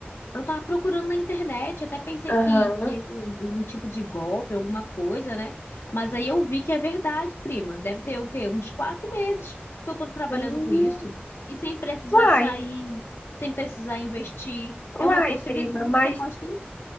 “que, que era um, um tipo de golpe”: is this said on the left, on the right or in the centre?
Left